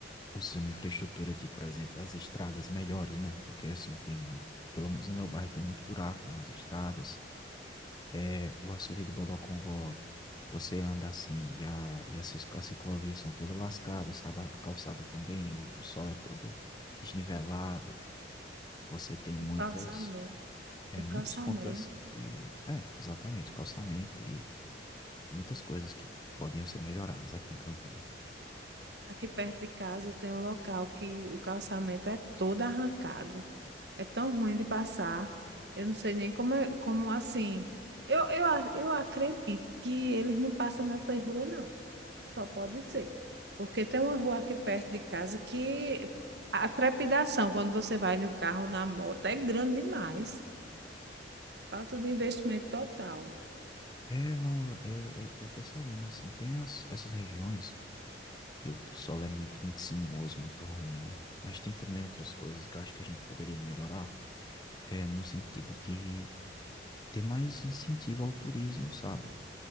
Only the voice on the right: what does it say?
O
calçamento,
o
calçamento.
Aqui perto de casa tem um local que o calçamento é todo arrancado. É tão ruim de passar. Eu não sei nem como, é- como assim. Eu, eu, a- eu acredito que eles não passam nessa rua, não. Só pode ser. Porque tem uma rua aqui perto de casa que a trepidação, quando você vai no carro, na moto, é grande demais. Falta de investimento total.